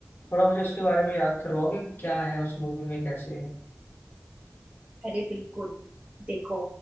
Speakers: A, on the left; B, on the right.
A: थोड़ा मुझे उसके बारे में याद करवाओगे कि क्या है उस मूवी में कैसे है
B: अरे बिल्कुल देखो